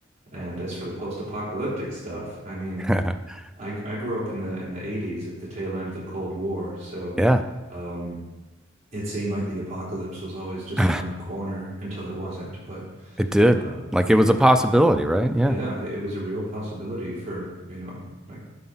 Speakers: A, on the right (about 35°); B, in the centre.
A: And as for the post-apocalyptic stuff, I mean,
B: <laughs>
A: I I grew up in the in the 80s at the tail end of the Cold War, so
B: Yeah,
A: um, it seemed like the apocalypse was always just
B: <sighs>
A: around the corner until it wasn't. But
B: it did.
A: um,
B: Like it was a possibility, right? Yeah.
A: yeah, it, it was a real possibility for, you know, like